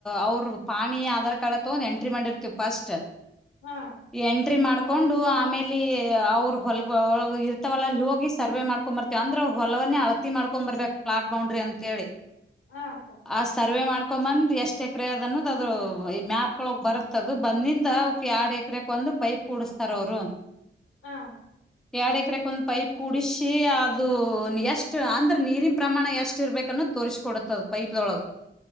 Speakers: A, in the centre; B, on the left.
A: ಅವ್ರರು ಪಾಣಿ ಆಧಾರ್ ಕಾರ್ಡ್ ತಗೊಂಡು ಎಂಟ್ರಿ ಮಾಡಿರ್ತವ ಫಸ್ಟ್.
B: ಹಾ
A: ಎಂಟ್ ಎಂಟ್ರಿ ಮಾಡ್ಕೊಂಡು ಆಮೇಲೀ ಅವರು ಹೊಲಗೊಳ್ ಇರ್ತವಲ್. ಸರ್ವೆ ಮಾಡ್ಕೊಂಡ್ ಬರ್ತೇವ. ಅಂದ್ರೆ ಅವ್ರ ಹೊಲವನ್ನೇ ಅಳತಿ ಮಾಡಕೊಂಡ್ ಬರ್ಬೇಕು ಪ್ಲಾಟ್ ಬೌಂಡ್ರಿ ಅಂತ ಹೇಳಿ.
B: ಹಾ ಅಕ್ಕ
A: ಆ ಸರ್ವೆ ಮಾಡ್. ಕೊ ಬಂದ್ ಎಷ್ಟ ಎಕರೆ ಅದ ಅನ್ನೋದ ಅದು ಮ್ಯಾಪ್ ಒಳಗ್ ಬರುತ್ತದ ಬಂದಿಂದ ಅವ ಎರಡ್ ಎಕರೆಕ್ ಒಂದು ಪೈಪ್ ಕುಡಸ್ತಾರ ಅವ್ರು.
B: ಹಾ
A: ಯಾಡ್ ಎಕ್ರೆಗ್ ಒಂದ್ ಪೈಪ್. ಕುಡಿಷಿ ಅದು ಎಷ್ಟು ಅಂದ್ರ್ ನೀರಿನ್ ಪ್ರಮಾಣ ಎಷ್ಟ್ ಇರ್ಬೇಕನ್ನೋದ್ ತೋರಿಸ್ ಕೊಡುತ್ತದ್ ಪೈಪ್ದೊಳಗ್.